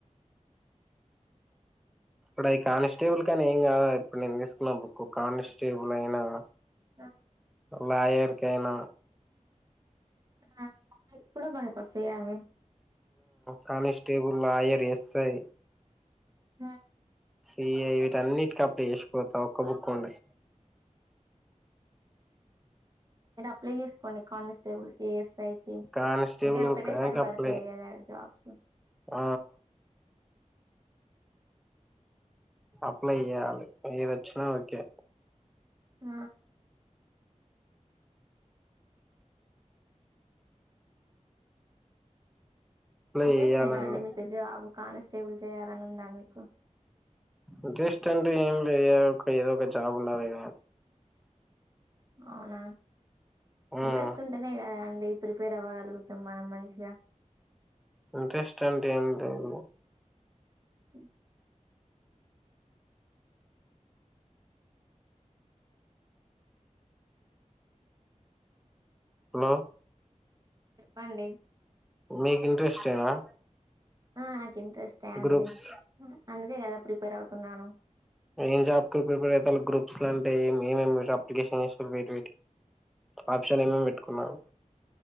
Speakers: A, in the centre; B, on the right (about 30°).
A: ఇప్పుడు అవి కానిస్టేబుల్ కాని ఏం కాదు ఇప్పుడు నేను తీసుకున్న బుక్ కానిస్టేబుల్ అయినా
B: ఆ
A: లాయర్కైనా
B: కానీ ఇప్పుడు పనికొస్తాయా అవి
A: కానిస్టేబుల్ లయర్ ఎస్ఐ
B: స
A: సిఐ వీటి అన్నిటికి అప్లై చేసుకోవచ్చు. ఆ ఒక్క బుక్ ఉంటే
B: మీరు అప్లై చేసుకోండి. కానిస్టేబుల్స్, కి ఎస్ఐ
A: కానిస్టేబుల్
B: అంటే ఒకటే
A: బుక్కానికి
B: సారి పడతాయి.
A: అప్లై
B: కదా జాబ్స్
A: ఆ అప్లై చేయాలి. ఏదివచ్చిన ఓకే
B: ఆ
A: అప్లై
B: ఉద్దేశమనా,
A: చేయాలండి
B: అండి, మీకు జాబ్ కానిస్టేబుల్ చేయాలని ఉందా, మీకు
A: ఇంట్రెస్ట్ అంటే ఏం లే ఏదో ఒక జాబ్ ఉండాలనీ
B: అవునా
A: ఉమ్
B: ఇంట్రెస్ట్ ఉంటేనే కదా అండి. ప్రిపేర్ అవ్వగలుగుతాం మనం మంచిగా
A: ఇంట్రెస్ట్ అంటే ఎం లేదు
B: ఉ
A: హలో,
B: చెప్పండి.
A: మీకు ఇంట్రెస్ట్ ఏనా
B: ఆ, నాకు ఇంట్రెస్ట్ అండి.
A: గ్రూప్స్
B: అందుకే కదా ప్రిపేర్ అవుతున్నాను.
A: ఏం జాబ్ కి ప్రిపేర్ అవుతారు గ్రూప్స్ లో అంటే ఏమేమి అప్లికేషన్ చేస్తారు. బయటిటి <unintelligible> ఆప్షన్ ఏమేమి పెట్టుకున్నావు.